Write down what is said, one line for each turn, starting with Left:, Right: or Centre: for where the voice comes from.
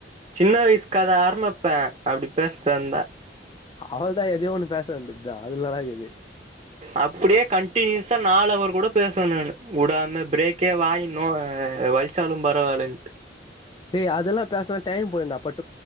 Right: சின்ன வயசுக்கத ஆரம்மிப்பே அப்டி பேசறதா இருந்தா
Left: அவல்தா எதயோ ஒன்னு பேச வேண்டிதா அதுல ஏன்னடாகிது
Right: அப்டியே கண்டினியூஸா நாலு அவர் கூட பேசுவே நாணு உடாம பிரேக்கே வாயி நோவ வலிச்சாலு பரவாலன்ட்டு
Left: டேய் அதெல்லா பேசனா டைம் போயிடும்டா பட்